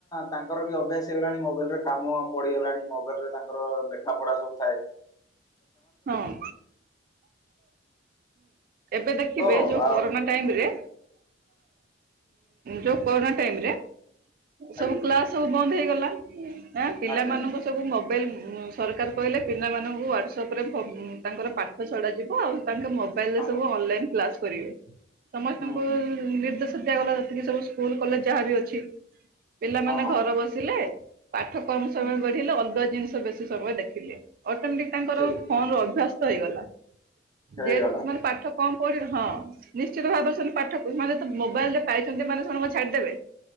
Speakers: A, on the left; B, on the right.
A: ତାଙ୍କର ବି ଅଭ୍ୟାସ ହେଇଗଲାଣି ମୋବାଇଲ ରେ କାମ ପଢିଗଲାଣି ମୋବାଇଲ ରେ ତାଙ୍କର ଲେଖା ପଢା ସବୁଥାଏ।
B: ହଁ ହୁଁ। ଏବେ ଦେଖିବେ
A: ତ
B: ଯୋଉ
A: ଆ
B: କରୋନା ଟାଇମ ରେ ଯୋଉ କରୋନା ଟାଇମ ରେ ସବୁ
A: ଆଜ୍ଞା
B: କ୍ଲାସ ସବୁ ବନ୍ଦ ହେଇଗଲା ନା ପିଲାମାନଙ୍କ
A: ଆଜ୍ଞା ଆଜ୍ଞା
B: ସବୁ ମୋବାଇଲ୍ ସରକାର କହିଲେ ପିଲାମାନଙ୍କୁ <unintelligible> ତାଙ୍କର ପାଠ ଛଡ଼ାଯିବ, ଆଉ ତାଙ୍କ ମୋବାଇଲ
A: ଆଜ୍ଞା
B: ରେ ସବୁ
A: ହଁ
B: ଅନଲାଇନ୍ କ୍ଲାସ୍ କରିବେ। ସମସ୍ତଙ୍କୁ
A: ହଁ ହୁଁ ହୁଁ
B: ନିର୍ଦ୍ଦେଶ ଦିଆଗଲା ଯେତିକି ସବୁ ସ୍କୁଲ କଲେଜ ଯାହାବି ଅଛି। ପିଲାମାନେ
A: ହଁ ହଁ
B: ଘର
A: ହଁ
B: ବସିଲେ ପାଠ କମ ସମୟ
A: ହୁଁ
B: ବଢିଲେ ଅଲ ଲଗା ଜିନିଷ ବେଶୀ ସମୟ ଦେଖିଲେ, ଅଟୋମେଟିକ ତାଙ୍କର
A: ଠିକ୍ ଠିକ୍
B: ଫୋନ ର
A: ଠିକ୍
B: ଅଭ୍ୟାସ୍ତ ହେଇଗଲା।
A: ହେଇଗଲା
B: ଯେ ସେମାନେ ପାଠ କମ ପଢିଲେ ହଁ ନିଶ୍ଚିତ ଭାବରେ ସେମାନେ ପାଠ ମାନେ ମୋବାଇଲ ରେ ପାଇଛନ୍ତି ମାନେ ସେମାନେ କଣ ଛାଡିଦେବେ।